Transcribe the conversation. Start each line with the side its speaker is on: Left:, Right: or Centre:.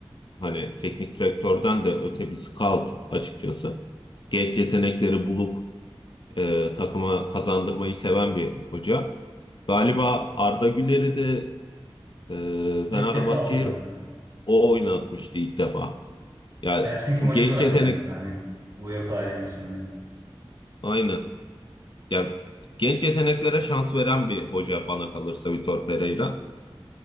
Left: Hani teknik direktörden de öte bir scout açıkçası. Genç yetenekleri bulup e, takıma kazandırmayı seven bir hoca. Galiba Arda Güler'i de e,
Right: İlk
Left: Fenerbahçe'yi
Right: defa oynattı.
Left: o oynatmıştı ilk defa. Yani
Right: Helsinki
Left: o
Right: maçı
Left: genç
Right: vardı
Left: yetenek
Right: ya bir tane. UEFA elemesinde.
Left: Aynen. Ya genç yeteneklere şans veren bir hoca bana kalırsa Vitor Pereira.